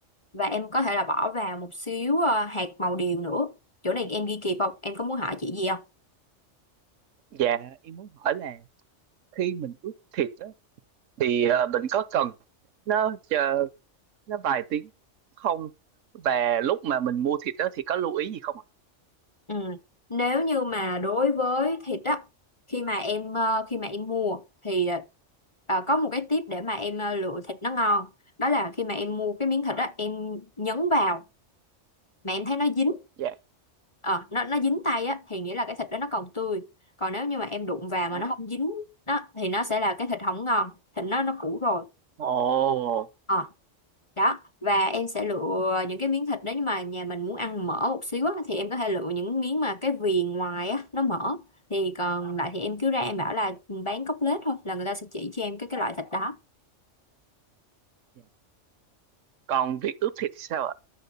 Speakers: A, on the left; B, on the right.
A: và em có thể là bỏ vào một xíu ờ, hạt màu điều nữa. Chỗ này em ghi kịp không? Em có muốn hỏi chị gì không?
B: Dạ dạ em muốn hỏi là khi mình ướp thịt á, thì ờ, mình có cần nó chờ nó vài tiếng không? Và lúc mà mình mua thịt đó thì có lưu ý gì không ạ?
A: Ừ. Nếu như mà đối với thịt á khi mà em ờ, khi mà em mua thì ờ, ờ, có một cái tip để mà em ờ, lựa thịt nó ngon đó là khi mà em mua cái miếng thịt á em nhấn vào mà em thấy nó dính
B: Dạ.
A: ờ, nó nó dính tay á thì nghĩa là cái thịt đó nó còn tươi còn nếu như mà em đụng vào mà
B: dạ,
A: nó không dính đó thì nó sẽ là cái thịt không ngon thịt nó nó cũ rồi
B: không, Ồ,
A: Ờ, đó và em sẽ lựa những cái miếng thịt nếu nhưng mà nhà mình muốn ăn mỡ một xíu á, thì em có thể lựa những miếng mà cái viền ngoài á nó mỡ thì còn lại thì em cứ ra em bảo là ừ, bán cốt lết thôi là người ta sẽ chỉ cho em cái cái loại thịt đó
B: dạ, còn việc ướp thịt thì sao ạ?